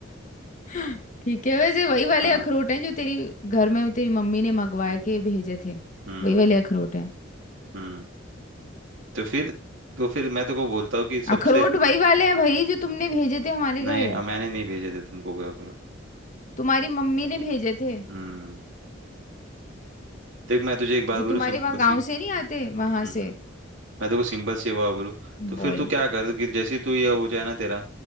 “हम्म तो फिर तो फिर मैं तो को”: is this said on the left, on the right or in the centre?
Right